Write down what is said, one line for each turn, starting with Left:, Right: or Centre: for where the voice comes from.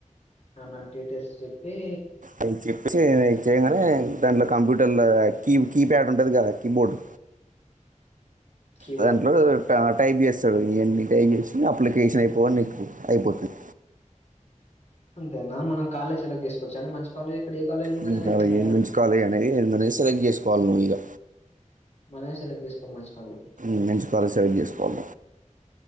Left: అ నా డీటెయిల్స్ చెప్పి
Right: అవి చెప్పేసి చేయగానే
Left: అవునా
Right: దాంట్ల కంప్యూటర్ టర్లో కీ కీప్యాడ్ ఉంటది కదా కీబోర్డ్
Left: కీబోర్డ్
Right: దాంట్లో టైప్ చేస్తాడు ఇవన్నీ టైప్ చేసి అప్లికేషన్ అయిపోవడం నీకు అయిపోతుంది
Left: అంతేనా మనం కాలేజీ ఎలా తీసుకోవచ్చు అం మంచి కాలేజ్ ఇక్కడ ఏ కాలేజ్ ఉన్నదని
Right: మ
Left: ఇక్కడ
Right: అ
Left: ఉన్నాయా
Right: మించు కాల అనేది సెలెక్ట్ చేసుకో వాల్నల
Left: మనమే సెలెక్ట్ చేసుకోవాలి మంచి కాలేజ్
Right: ఉమెన్స్ కాలజీ సెలెక్ట్ చేసుకోవాలి